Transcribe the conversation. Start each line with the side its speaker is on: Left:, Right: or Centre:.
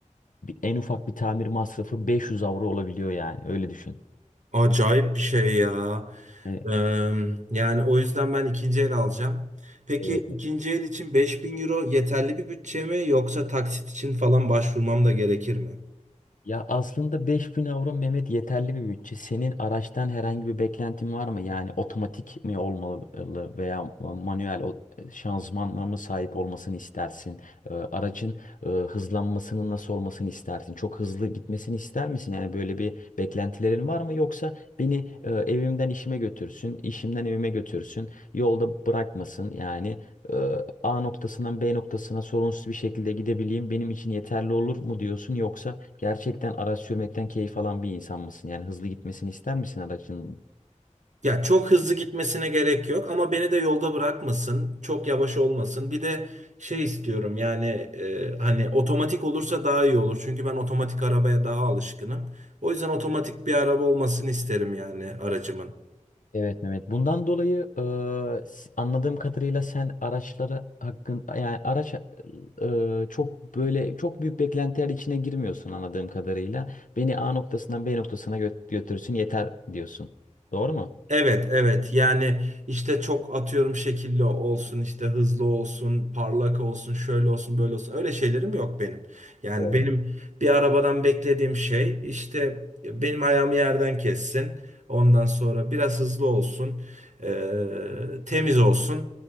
Left: en ufak bir tamir masrafı 500 avro olabiliyor yani öyle düşün.
Right: Acayip bir şey ya.
Left: Hani
Right: Ee, yani o yüzden ben ikinci el alacağım. Peki
Left: Evet
Right: ikinci el için 5000 euro yeterli bir bütçe mi yoksa taksit için falan başvurmam da gerekir mi?
Left: Ya aslında 5000 avro Mehmet yeterli bir bütçe. Senin araçtan herhangi bir beklentin var mı? Yani otomatik mi olmalı veya manuel o- e, şanzımanla mı sahip olmasını istersin? Ee, Aracın e, hızlanmasının nasıl olmasını istersin? Çok hızlı gitmesini ister misin? Yani böyle bir beklentilerin var mı? Yoksa beni e, evimden işime götürsün, işimden evime götürsün, yolda bırakmasın. Yani e, A noktasından B noktasına sorunsuz bir şekilde gidebileyim benim için yeterli olur mu diyorsun? Yoksa Gerçekten araç sürmekten keyif alan bir insan mısın? Yani hızlı gitmesini ister misin aracın?
Right: Ya çok hızlı gitmesine gerek yok ama beni de yolda bırakmasın, çok yavaş olmasın. Bir de şey istiyorum yani e, hani otomatik olursa daha iyi olur. Çünkü ben otomatik arabaya daha alışkınım. O yüzden otomatik bir araba olmasını isterim yani aracımın.
Left: Evet Mehmet. Bundan dolayı e, s- anladığım kadarıyla sen araçları hakkın yani araç e, çok böyle çok büyük beklentiler içine girmiyorsun anladığım kadarıyla. Beni A noktasından B noktasına gö- götürsün yeter diyorsun. Doğru mu?
Right: Evet, evet. Yani işte çok atıyorum şekilli olsun, işte hızlı olsun, parlak olsun, şöyle olsun, böyle olsun. Öyle şeylerim yok benim. Yani
Left: Doğru.
Right: benim bir arabadan beklediğim şey işte benim ayağımı yerden kessin. Ondan sonra biraz hızlı olsun, eee, temiz olsun.